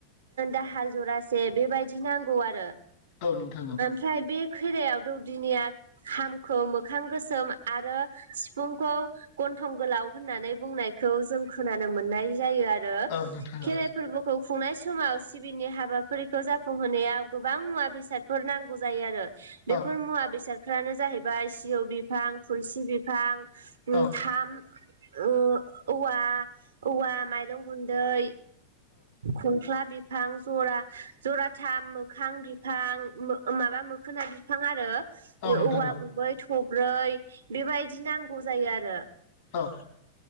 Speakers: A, on the right; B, on the left.
A: दाहाल जरा से बेबायदि नांगौ आरो
B: औ नोंथां औ
A: ओमफ्राय बे खेरायाव दौदिनिया खामखौ मोखां गोसोम आरो सिफुंखौ गन्थं गोलाव होननानै बुंनायखौ जों खोनानो मोननाय जायो आरो
B: औ नोंथां
A: खेराइ
B: औ
A: फोरबोखौ खुंनाय समाव सिबिनि हाबा फोरखौ जाफुंहोनायाव गोबां मुवा बेसादफोर नांगौ जायो आरो बेफोर
B: औ
A: मुवा बेसाद फ्रानो जाहैबाय सिजौ बिफां थुलसि बिफां उम
B: औ
A: थाम उम औव औवा माइरं गुन्दै खंख्ला बिफां जरा जराथाम मोखां बिफां मो माबा मोखोना बिफां आरो
B: औ नोंथां
A: औवा गुबै थब्रै बेबायदि नांगौ जायो आरो
B: औ